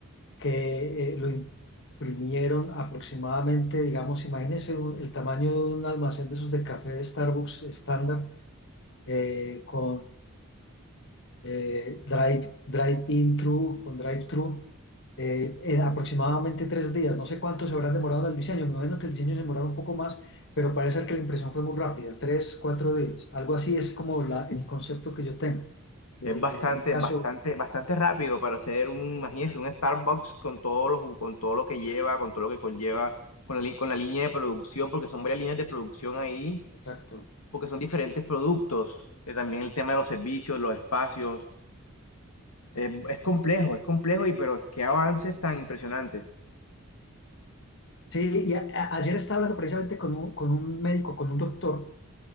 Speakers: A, on the left (about 55°); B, on the left (about 80°).
A: que eh, lo imprimieron aproximadamente, digamos, imagínense el tamaño de un almacén de esos de café de Starbucks estándar, eh, con eh, drive, drive-in thru con drive-thru, eh, en aproximadamente tres días. No sé cuánto se habrán demorado en el diseño. Me imagino que el diseño se demorará un poco más, pero parece ser que la impresión fue muy rápida, tres, cuatro días. Algo así es como la, el concepto que yo tengo de,
B: Es bastante,
A: de un caso.
B: bastante, bastante rápido para hacer un, imagínense, un Starbucks con todo lo, con todo lo que lleva, con todo lo que conlleva,
A: Exacto,
B: con la, li- con la línea de producción, porque son varias líneas de producción ahí,
A: exacto.
B: porque son diferentes productos. Eh, También el tema de los servicios, los espacios. Es, es complejo, es complejo, y pero qué avances tan impresionantes.
A: Sí, y a- a- ayer estaba hablando precisamente con un, con un médico, con un doctor.